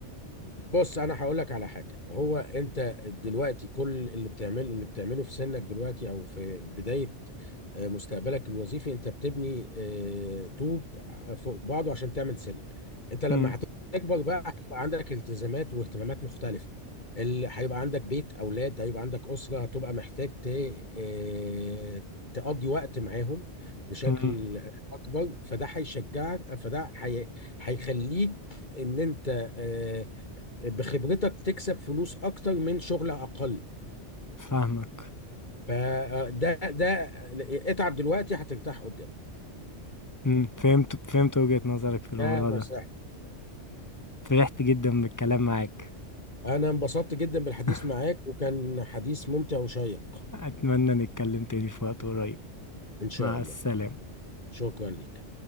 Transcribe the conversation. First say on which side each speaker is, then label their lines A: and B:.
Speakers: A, on the left; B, on the left.
A: بص انا هقول لك على حاجه هو انت دلوقتي كل اللي بتعمله اللي بتعمله في سنك دلوقتي او في بدايه آه، مستقبلك الوظيفي انت بتبني آه، طوب فوق بعضه عشان تعمل سلم انت لما
B: مم.
A: هتكبر بقى هيبقى عندك التزامات واهتمامات مختلفه اللي هيبقى عندك بيت اولاد هيبقى عندك اسره هتبقى محتاج ت... آه، تقضي وقت معاهم بشكل
B: مم.
A: اكبر فده هيشجعك فده هي... هيخليك ان انت آه، بخبرتك تكسب فلوس اكتر من شغل اقل
B: فاهمك
A: فده ده اتعب دلوقتي هترتاح قدام
B: مم. فهمت فهمت وجهة نظرك في الموضوع
A: ده نصيحتي
B: ده فرحت جدا بالكلام معاك
A: انا انبسطت جدا بالحديث
B: <laughs>
A: معاك وكان حديث ممتع وشيق
B: أتمنى نتكلم تاني في وقت قريب
A: ان شاء
B: مع
A: الله
B: السلامة
A: شكرا لك